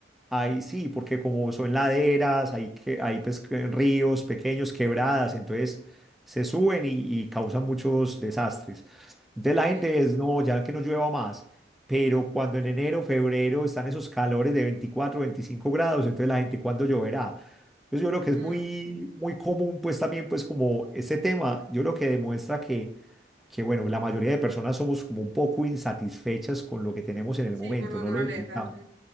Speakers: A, in the centre; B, on the right (about 75°).
A: Ahí sí, porque como son laderas, hay, que, hay pues, que ríos pequeños, quebradas, entonces se suben y, y causan muchos desastres. Entonces
B: Sí.
A: la gente es, no, ya que no llueva más, pero cuando en enero, febrero están esos calores de 24, 25 grados, entonces la gente, ¿cuándo lloverá? Entonces yo creo que es
B: Mm,
A: muy, muy común, pues también, pues como este tema, yo creo que demuestra que, que, bueno, la mayoría de personas somos como un poco insatisfechas con lo que tenemos en el
B: Sí,
A: momento,
B: por naturaleza,
A: no lo disfrutamos.
B: sí.